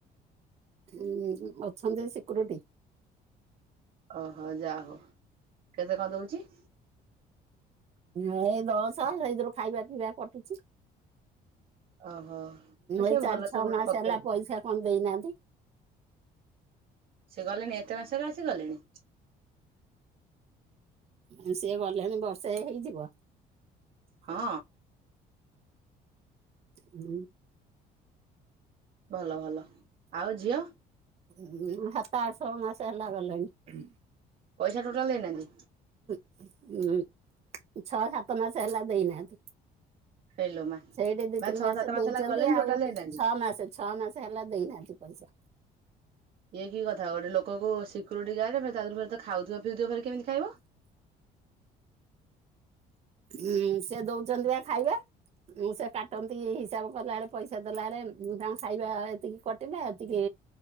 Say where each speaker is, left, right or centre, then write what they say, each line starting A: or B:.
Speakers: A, on the right (about 40°); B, on the right (about 60°).
A: ହୁଁ ଅଛନ୍ତି ସିକୁରୁଟି।
B: ଓହୋ ଯାହଉ କେତେ କଣ ଦଉଚି?
A: ଏଇ ଦଶ ସେଇଥିରୁ ଖାଇବା ପିଇବା କଟୁଚି।
B: ଓହୋ ଆ ସେ
A: ଏଇ ଚାରି
B: ଭଲ
A: ଛଅ
B: ସେ ଗୋଟେ
A: ମାସ
B: ପକେଇଲେ
A: ହେଲା ପଇସା କଣ ଦେଇନାହାନ୍ତି।
B: ସେ ଗଲେଣି ଏତେ ମାସରେ ଆସିଗଲେଣି।
A: ହୁଁ ସିଏ ଗଲେଣି ବର୍ଷା ହେଇଯିବ।
B: ହଁ।
A: ହୁଁ।
B: ଭଲ ଭଲ ଆଉ ଝିଅ
A: ହୁଁ ହାତ ଆ ଛଅ ମାସ ହେଲା ଗଲେଣିି।
B: ପଇସା ଟୋଟାଲ ଦେଇନାହାନ୍ତି।
A: ହୁଁ ଛଅ ସାତ ମାସ ହେଲା ଦେଇନାହାନ୍ତି।
B: ହେଇଲୋ ମା
A: ସେଇଠି ଦି
B: ମାନେ
A: ତିନି
B: ଛଅ
A: ମାସ
B: ସାତ
A: ଦେଇଛନ୍ତି
B: ହେଲା ଗଲେଣି
A: ଆଉ
B: ଟୋଟାଲ ଦେଇନାହାନ୍ତି
A: ଛଅ ମାସ ଛଅ ମାସ ହେଲା ଦେଇନାହାନ୍ତି ପଇସା।
B: ଇଏ କି କଥା ଗୋଟେ ଲୋକ ସିକ୍ୟରିଟି ଗାର୍ଡରେ ତାରୁ ଫ ଖାଉଥିବା ପିଉଥିବ ଫେରେ କେମିତି? ଖାଇବ
A: ଉଁ ସେ ଦଉଛନ୍ତି ବା ଖାଇବା। ମୁଁ ସେ କାଟନ୍ତି ହିସାବ କଲା ବଳେ ପଇସା ଦେଲା ବେଳେ ତାଙ୍କୁ ଖାଇବା ଏତିକି କଟିଲେ ଏତିକି